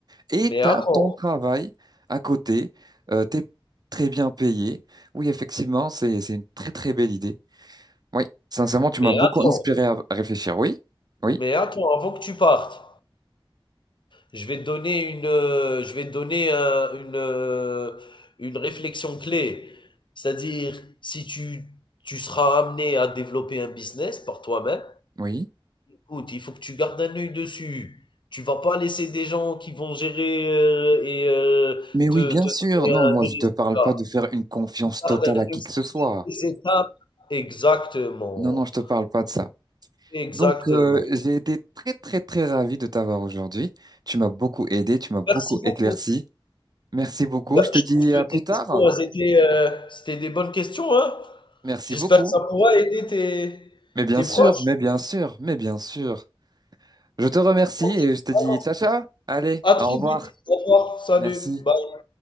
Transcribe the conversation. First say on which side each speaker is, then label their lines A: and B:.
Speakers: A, on the right; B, on the left.
A: Et
B: Mais
A: tu
B: attends,
A: as ton travail à côté, euh, tu es très bien payé. Oui, effectivement, c'est, c'est une très très belle idée. Oui, sincèrement, tu
B: mais
A: m'as beaucoup
B: attends,
A: inspiré à réfléchir. Oui, oui,
B: mais attends, avant que tu partes. Je vais te donner une, euh, je vais te donner euh, une, euh, une réflexion clé. C'est-à-dire, si tu, tu seras amené à développer un business par toi-même,
A: oui.
B: écoute, il faut que tu gardes un œil dessus. Tu vas pas laisser des gens qui vont gérer euh, et euh,
A: Mais oui,
B: te,
A: bien
B: te
A: sûr.
B: donner
A: Non,
B: euh,
A: moi,
B: des résultats.
A: je te parle pas de faire une confiance
B: Tu gardes
A: totale
B: un
A: à
B: œil
A: qui
B: sur
A: que ce soit.
B: toutes les étapes. Exactement.
A: Non, non, je te parle pas de ça.
B: Exactement.
A: Donc, euh, j'ai été très très très ravi de t'avoir aujourd'hui. Tu m'as beaucoup aidé, tu m'as beaucoup
B: Merci beaucoup.
A: éclairci. Merci beaucoup.
B: Bah,
A: Je te
B: je
A: dis
B: trouve que
A: à plus
B: tes
A: tard.
B: questions, elles étaient, euh, c'était des bonnes questions, hein?
A: Merci
B: J'espère
A: beaucoup.
B: que ça pourra aider tes,
A: Mais bien
B: tes
A: sûr,
B: proches.
A: mais bien sûr, mais bien sûr. Je te remercie
B: Ok.
A: et je te
B: Alors,
A: dis ciao ciao. Allez,
B: à très
A: au revoir.
B: vite. Au revoir. Salut.
A: Merci.
B: Bye.